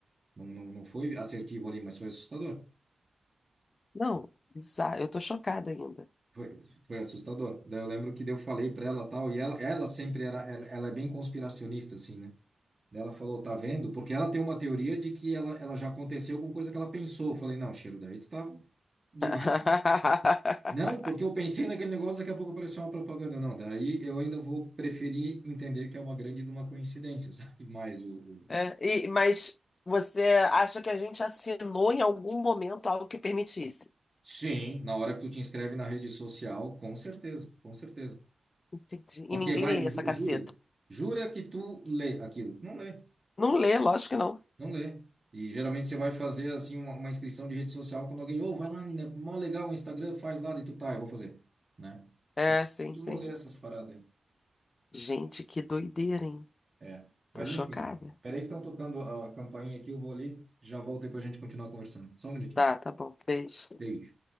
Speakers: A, on the right; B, on the left.
A: Não, não, não foi assertivo ali, mas foi assustador.
B: Não, bizarro. Eu tô chocada ainda.
A: Foi, foi assustador. Daí eu lembro que daí eu falei para ela tal, e ela, ela sempre era, ela, ela é bem conspiracionista, assim, né? Daí Ela falou, tá vendo? Porque ela tem uma teoria de que ela, ela já aconteceu com coisa que ela pensou. Eu falei, não, Cheiro, daí tu tá demais.
B: <laughs>
A: Não, porque eu pensei naquele negócio, daqui a pouco apareceu uma propaganda. Não, daí eu ainda vou preferir entender que é uma grande de uma coincidência, <laughs> sabe? Mas o, o-
B: É, e- mas você acha que a gente assinou em algum momento algo que permitisse?
A: Sim. Na hora que tu te inscreve na rede social, com certeza, com certeza.
B: Entendi. E
A: Porque
B: ninguém
A: vai,
B: lê essa
A: ju-
B: caceta.
A: jura, jura que tu lê aquilo. Não lê,
B: Não lê, lógico que não.
A: não lê. E geralmente você vai fazer assim uma, uma inscrição de rede social quando alguém, ô, vai lá, Nina, mó legal o Instagram, faz lá, e tu tá, eu vou fazer, né?
B: É, sim,
A: Tu
B: sim.
A: não lê essas paradas aí.
B: Gente, que doideira, hein?
A: É. Mas
B: Tô chocada.
A: enfim, peraí que estão tocando a campainha aqui, eu vou ali, já volto e depois a gente continuar conversando. Só um minutinho.
B: Tá, tá bom. Beijo.
A: Beijo.